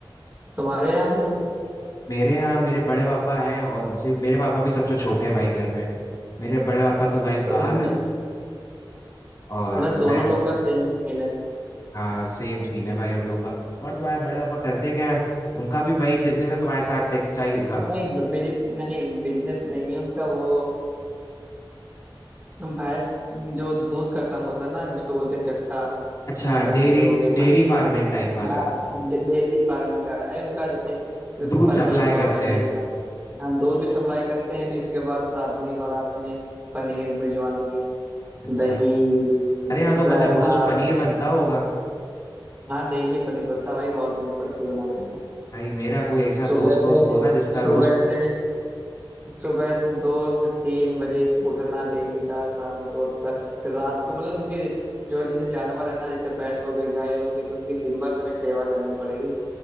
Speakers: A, on the right; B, on the left.
A: तुम्हारे यहाँ भाई
B: मेरे यहाँ मेरे बड़े पापा हैं और उनसे मेरे पापा भी सबसे छोटे हैं भाई घर में मेरे बड़े पापा तो भाई बाहर
A: इसमें-
B: रहते और
A: मतलब
B: मैं
A: दोनों लोग का सेम सीन है
B: हाँ सेम सीन है भाई हम लोगों का और तुम्हारे बड़े पापा करते क्या हैं उनका भी वही बिजनेस है तुम्हारे साथ टेक्सटाइल का
A: नहीं बिज, नहीं बिजनेस नहीं है उनका वो भैंस जो दूध का काम होता है ना जिसको बोलते हैं चट्टा
B: अच्छा
A: तुम जानते
B: डेयरी
A: होगे
B: डेयरी
A: पर
B: फार्मिंग टाइप वाला
A: हाँ डे- डेली फार्मिंग का है उनका जैसे
B: दूध
A: पनीर
B: सप्लाई
A: का
B: करते
A: ऑर्डर लेना
B: हैं
A: है हाँ दूध भी सप्लाई करते हैं फिर इसके बाद शादी है बारात में पनीर भिजवानी है
B: अच्छा
A: दही
B: अरे यहाँ तो मतलब
A: रायता
B: रोज पनीर बनता होगा
A: हाँ डेली पनीर पड़ता भाई बहुत मेहनत पड़ती है बनाने में
B: भाई मेरा कोई ऐसा
A: सुबह
B: दोस्त
A: से
B: दोस्त हो ना जिसका
A: सुबह
B: रोज
A: से सुबह से दो से तीन बजे उठना डेली का शाम को तक फिर रात को मतलब उनकी जो जैसे जानवर है ना जैसे भैंस हो गई गाय हो गई तो उनकी दिन भर तुम्हें सेवा करनी पड़ेगी